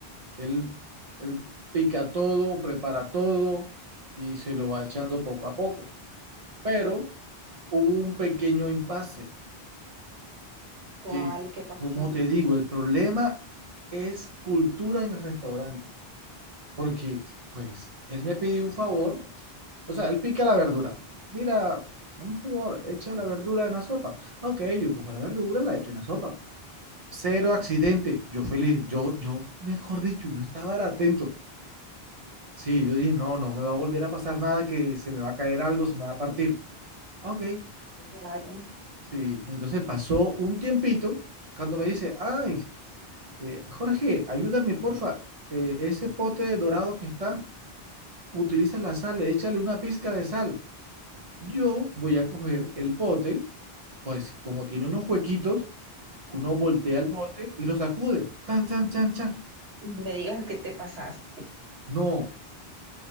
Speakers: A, on the right; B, on the right.
A: Él, él pica todo, prepara todo y se lo va echando poco a poco. Pero hubo un pequeño impasse
B: ¿Cuál?
A: que,
B: ¿Qué pasó?
A: como te digo, el problema es cultura en el restaurante. Porque, pues, él me pidió un favor, o sea, él pica la verdura. Mira, dame un favor, echa la verdura en la sopa. Ok, yo cojo la verdura, la echo en la sopa. cero accidente. Yo feliz, yo, yo, mejor dicho, yo estaba era atento. Sí, yo dije, no, no me va a volver a pasar nada, que se me va a caer algo, se me va a partir. Ok,
B: Claro.
A: sí. Entonces pasó un tiempito cuando me dice, ay, eh, Jorge, ayúdame, porfa, eh, ese pote dorado que está, utiliza la sal, échale una pizca de sal. Yo voy a coger el pote, pues como tiene unos huequitos, uno voltea el bote y lo sacude. Tan, chan, chan, chan.
B: No me digas qué te pasaste.
A: No,